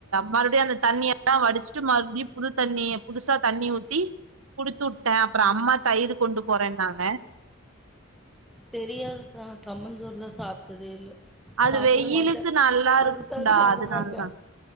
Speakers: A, on the right; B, in the centre.
A: மறுப்டியு அந்த தண்ணியலா வடிச்சுட்டு மறுப்டியு புது தண்ணி புதுசா தண்ணி ஊத்தி குடுத்துட்டே அப்புறோ அம்மா தயிரு கொண்டு போறேன்னாங்க
B: தெரியாதுக்கா கம்மஞ்சோறுலா சாப்ட்தே இல்ல
A: அது
B: சாப்டவு
A: வெயிலுக்கு
B: மாட்டே
A: நல்லா இருக்கோடா
B: குடுத்தாலு சாப்ட
A: அதனாலதா
B: மாட்டே